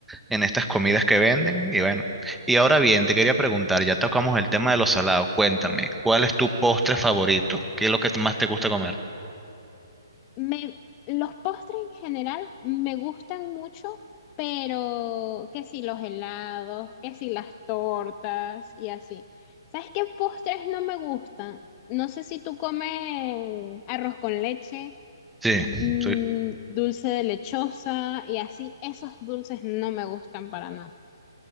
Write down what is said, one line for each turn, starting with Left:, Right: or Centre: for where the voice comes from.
Centre: en estas comidas que venden. Y bueno, y ahora bien, te quería preguntar, ya tocamos el tema de los salados. Cuéntame, ¿cuál es tu postre favorito? ¿Qué es lo que más te gusta comer?
Left: Me, los postres en general me gustan mucho, pero que si los helados, que si las tortas y así. ¿Sabes qué postres no me gustan? No sé si tú comes arroz con leche.
Centre: Sí,
Left: mm,
Centre: soy,
Left: dulce de lechosa y así, esos dulces no me gustan para nada.